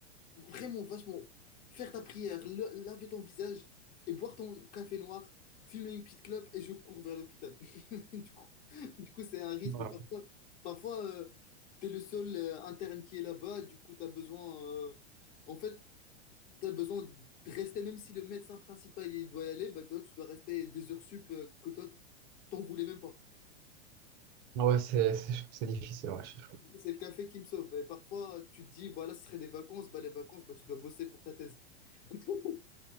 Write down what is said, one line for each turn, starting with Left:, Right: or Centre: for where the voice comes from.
Left: Vraiment, vachement. Faire ta prière, le- laver ton visage et boire ton café noir, fumer une petite clope et je cours vers l'hôpital. <laughs> Du coup, du coup, c'est un risque.
Right: Ouais,
Left: Mais parfois, parfois euh, t'es le seul euh, interne qui est là-bas. Du coup, t'as besoin. euh, en fait, t'as besoin de rester, même si le médecin principal il doit y aller, bah, toi, tu dois rester des heures sup euh, que toi, t'en voulais même pas.
Right: Ouais, c'est, c'est, c'est difficile, ouais. je-
Left: C'est le café qui me sauve. Et parfois, tu te dis, voilà, ce serait des vacances. Bah, les vacances, bah, tu dois bosser pour ta thèse. <laughs>